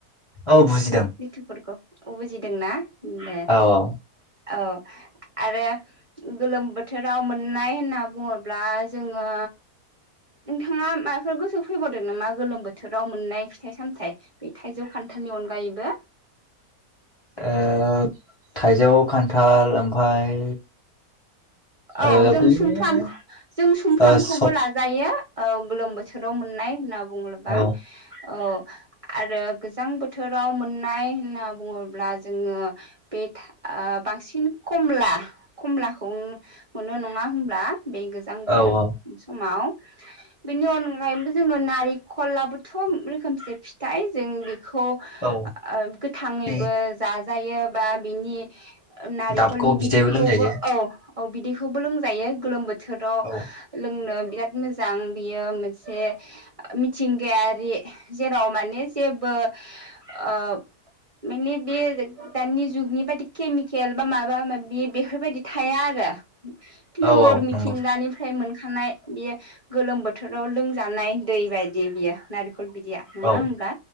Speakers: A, on the left; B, on the right.
A: औ बुजिदों
B: लिथुफोरखौ बुजिदोंना उम दे
A: औ औ
B: औ आरो गोलोम बोथोराव मोननाय होनना बुङोब्ला जोङो नोंथाङा माबाफोर गोसौ फैबावदों नामा गोलोम बोथोराव मोननाय फिथाइ सामथाइ बे थाइजौ खान्थालनि अनगायैबो
A: ओ थाइजौ खान्थाल ओमफाय
B: औ
A: ओ
B: जों
A: बिदिनो
B: सुमफ्राम जों सुमफ्रामखौबो
A: ओ सब
B: लाजायो औ गोलोम बोथोराव मोननाय होनना बुङोबा
A: औ
B: औ आरो गोजां बोथोराव मोननाय होनना बुङोब्ला जोङो बे बांसिन कमला कमलाखौ मोनो नङा होनोमब्ला बे गोजां बोथोर
A: औ औ
B: समाव बेनि अनगायैबो जोङो नारेंखलबोथ' रोखोमसे फिथाय जों बेखौ ओ
A: औ
B: गोथाङैबो
A: बे
B: जाजायो बा बिनि नारेखलनि
A: दाबखौ बिदैबो
B: बिदैखौबो
A: लोंजायो
B: औ औ बिदैखौबो लोंजायो गोलोम बोथोराव
A: औ
B: लोंनो बिराद मोजां बियो मोनसे मिथिंगायारि जेराव माने जेबो ओ माने बे दानि जुगनि बायदि केमिकेल बा माबा माबि बेफोरबायदि थाया आरो पिअर
A: औ औ
B: मिथिंगानि
A: नंगौ
B: फ्राय मोनखानाय बियो गोलोम बोथोराव लोंजानाय दै बायदि बियो नारेखल बिदैया नङा
A: औ
B: होनब्ला